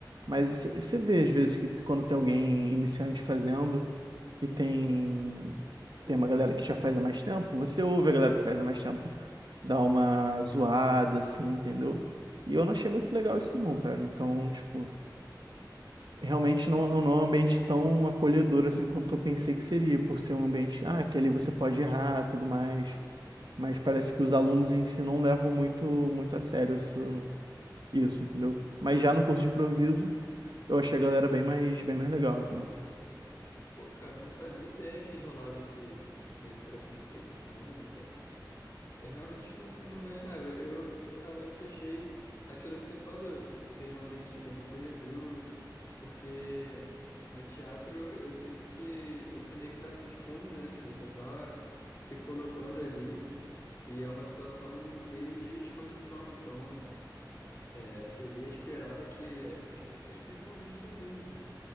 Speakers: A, on the right; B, on the left.
A: mas você vê, às vezes, que quando tem alguém iniciante fazendo e tem, tem uma galera que já faz há mais tempo, você ouve a galera que faz há mais tempo dar uma zoada, assim, entendeu? E eu não achei muito legal isso, não, cara. Então, tipo. Realmente não, não é um ambiente tão acolhedor assim quanto eu pensei que seria, por ser um ambiente, ah, que ali você pode errar, tudo mais. Mas parece que os alunos em si não levam muito, muito a sério isso, isso, entendeu? Mas já no curso de improviso, eu achei a galera bem mais, bem mais legal, entendeu?
B: Pô, cara, eu não fazia ideia que rolava esse meio que preconceito assim, sabe? Eu realmente não, não imaginava. Eu, eu realmente achei aquilo que você falou, que seria um ambiente bem acolhedor Porque no teatro eu sinto que você meio que tá se expondo, né? Você tá se colocando ali e é uma situação meio de exposição. Então, é, seria esperado que as pessoas, principalmente os alunos, né,